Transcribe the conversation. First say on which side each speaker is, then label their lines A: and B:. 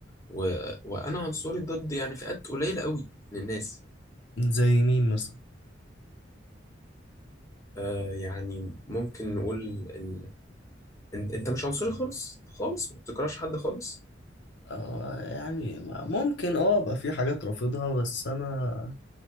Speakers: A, on the left (about 15°); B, on the left (about 65°).
A: و... وانا عنصري ضد يعني فئات قليله قوي من الناس
B: زي مين مثلا
A: آه يعني ممكن نقول ال... انت انت مش عنصري خالص خالص ما بتكرهش حد خالص
B: آه يعني ممكن اه ابقى في حاجات رافضها بس انا